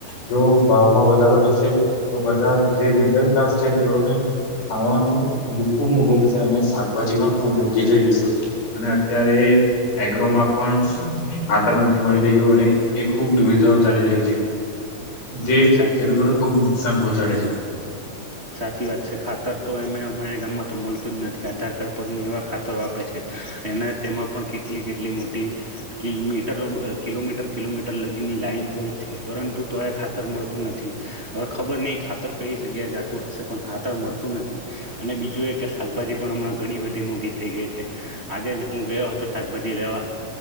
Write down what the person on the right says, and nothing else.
સાચ
સાચી વાત છે ખાતર તો એમે અમારા ગામમાં તો મળતું જ નથી આધાર કાર્ડ પર એવા ખાતરો આપે છે. એના તેમાં પણ કેટલી કેટલી મોટી મીટરો કિલોમીટર કિલોમીટર લગીની લા ઈન હોય છે, પરંતુ તો એ ખાતર મળતું નથી હવે ખબર નહી ખાતર ક જગ્યા જતું હશે પણ ખાતર મળતું નથી, અને બીજું એ કે શાકભાજી પણ હમણાં ઘણી બધી મોંઘી થઈ ગઈ. છે આજે જ હું ગયો હતો શાકભાજી લેવા